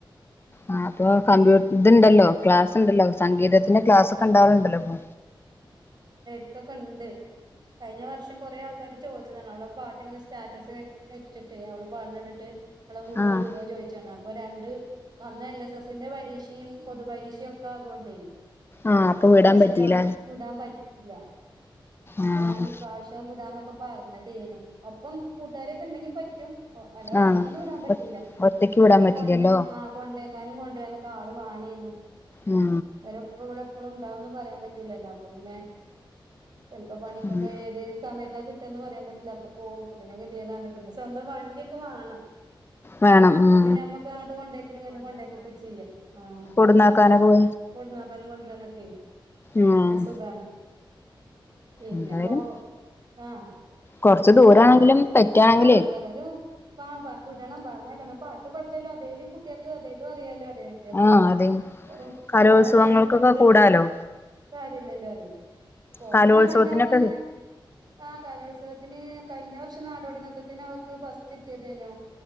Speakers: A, on the left; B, on the right.
A: ആഹ് അപ്പൊ കമ്പ്യൂ ഇതുണ്ടല്ലോ ക്ലാസ്
B: ആഹ്
A: ഉണ്ടല്ലോ സംഗീതത്തിന്റെ ക്ലാസ് ഒക്കെ ഉണ്ടാവലുണ്ടല്ലോപ്പ
B: ത്തൊക്കെ ഉണ്ട് കഴിഞ്ഞ വർഷം കൊറേ ആൾക്കാർ ചോദിച്ചതാണ് അവളെ പാട്ട് ഇങ്ങെ സ്റ്റാറ്റസ് വെച്ചിട്ട് അവള് പാടുന്ന കണ്ടിട്ട് വളെ വിടോ
A: ആഹ്
B: വിടോ ചോയിച്ചാണ് അപ്പൊ രണ്ട് അന്ന് എൽ എസ് എസിന്റെ പരീക്ഷിം പൊതു പരീശയൊക്കെ ആകോണ്ടേ
A: ആഹ് അപ്പൊ
B: അടുത്ത
A: വിടാൻ
B: പ്രാവശ്യം
A: പറ്റിയില്ല
B: ഞാൻ വിടാൻ പറ്റില്ല അപ്പൊ
A: ആഹ്
B: ഞാൻീ പ്രാവശ്യം <unintelligible> വിടാന്നൊക്കെ പറഞ്ഞതേനു ഒപ്പം കൂട്ടുകാരൊക്കെ ഉണ്ടെങ്കിൽ പറ്റും ഓ അല്ല ഒറ്റക്കൊന്നും
A: ആഹ്
B: വിടാൻ പറ്റൂല
A: ഒറ്റക്ക് വിടാൻ
B: ഞാ
A: പറ്റില്ലല്ലോ
B: കൊണ്ട് ആഹ് കൊണ്ടേക്കാനും കൊണ്ടുവരാനൊക്കെ ആൾ വണനയനു
A: ഉം
B: വ എപ്പ ഇവിടെ എപ്പോഴുംണ്ടാവുംന്ന് പറയാൻ പറ്റില്ലല്ലോ അപ്പൊ പിന്നെ ചിലപ്പോ പണിക്കൊക്കെ
A: ഉം
B: ഏതേത് സമയത്തൊ കി ന്ന് പറയാൻ പറ്റില്ല അപ്പൊ പോ പിന്നെ ഗതി <unintelligible> സ്വന്തം വണ്ടിയൊക്കെ വേണം
A: വേണം
B: എന്ന
A: ഉം
B: പിന്നെ നമ്മുക്ക് അങ്ങോട്ട് കൊണ്ടോക്കലും ഇങ്ങെ കൊണ്ടേക്ക ഒക്കെ ചെയ്യാം ആഹ്
A: അവിന്നാക്കാനൊ പോ
B: കൊടുന്നക്കാനും കൊണ്ട തന്നക്കെ
A: ഉം
B: സുഖ പിന്നെപ്പോ
A: എന്തായാലും
B: ആഹ്
A: കൊറച്ച് ദൂരാണെങ്കിലും
B: ഏതായാലും
A: പറ്റാണെങ്കിലേ
B: ആഹ് കൊ ഏതാലും ആഹ് വിടണം പറഞ്ഞണാ പാട്ട് പഠിച്ചല്ലോ അതേും കുട്ടികൾക്ക് അതേലും അറിയാലോ അറിയാലോ മറ്റേത്
A: ആഹ് അതെ
B: റ
A: കലോത്സവങ്ങൾക്കൊക്കെ
B: ഫോണായിട്ടും മറ്റേതായിറ്റും
A: കൂടാലോ
B: കാര്യല്ലല്ലോ അറിയി ഫോൺ
A: കലോത്സവത്തിനൊക്കെ
B: പിന്നെ വല്ലാതെ അങ്ങനെ ആഹ് കലോത്സവത്തിന് കഴിഞ്ഞ വർഷം നാടോടിനത്വത്തിന് അവക്ക് കിട്ടിയതേനോ